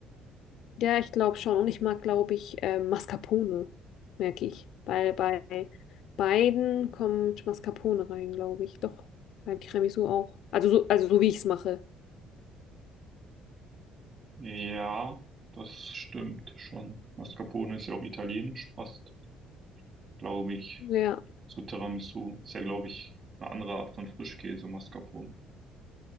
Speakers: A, on the left; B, on the right.
A: Ja, ich glaube schon. Und ich mag, glaube ich, äh, Mascarpone, merke ich. Weil bei beiden kommt Mascarpone rein, glaube ich. Doch, beim Tiramisu auch. Also so, also so wie ich es mache.
B: Ja, das stimmt schon. Mascarpone ist ja auch italienisch fast, glaube ich.
A: Ja,
B: So Tiramisu ist ja, glaube ich, eine andere Art von Frischkäse, Mascarpone.